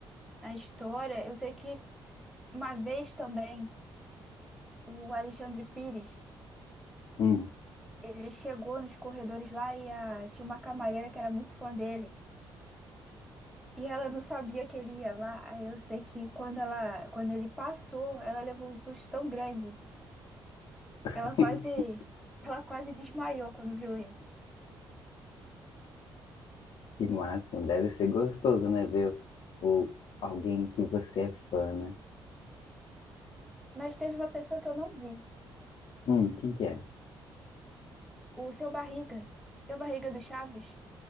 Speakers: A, in the centre; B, on the left.
A: na história. Eu sei que uma vez também o Alexandre Pires,
B: Hum,
A: ele chegou nos corredores lá e a- tinha uma camareira que era muito fã dele. E ela não sabia que ele ia lá. Aí eu sei que quando ela, quando ele passou, ela levou um susto tão grande
B: <laughs>
A: que ela quase, ela quase desmaiou quando viu ele.
B: que máximo. Deve ser gostoso, né? Ver o, alguém que você é fã, né?
A: Mas teve uma pessoa que eu não vi,
B: Hum, quem que é?
A: o seu Barriga, seu Barriga do Chaves.